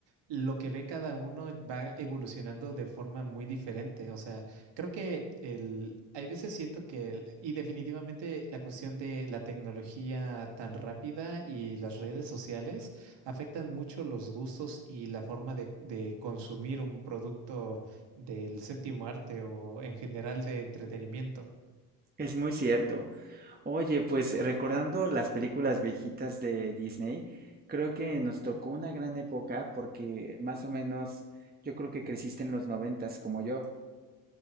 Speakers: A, on the right (about 60°); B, on the right (about 20°).
A: lo que ve cada uno va evolucionando de forma muy diferente. O sea, creo que el, hay veces siento que, el- y definitivamente la cuestión de la tecnología tan rápida y las redes sociales afectan mucho los gustos y la forma de, de consumir un producto del séptimo arte o en general de entretenimiento.
B: Es muy cierto. Oye, pues recordando las películas viejitas de Disney, creo que nos tocó una gran época porque más o menos yo creo que creciste en los noventas como yo.